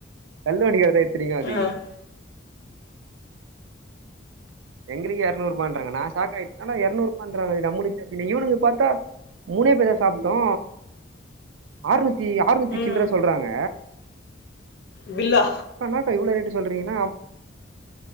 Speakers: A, on the right (about 80°); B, on the left (about 60°).
A: தல்லு வண்டிகடதா இத்தினிக்கு அது
B: ம்
A: எங்ளுக்கே எர்நூற்பான்றாங்க நா சாக் ஆய் என்னடா எர்நூற்பான்றாங்க இத நம்முலுக் இவனுங்களு பாத்தா மூணே பேர்தா சாப்ட்டோ ஆர்நூத்தி ஆர்நூத்தி
B: ம்
A: சில்ற சொல்றாங்க
B: பில்லா
A: அக்கா என்னாக்கா இவ்ளோ ரேட்டு சொல்றீங்கன்னா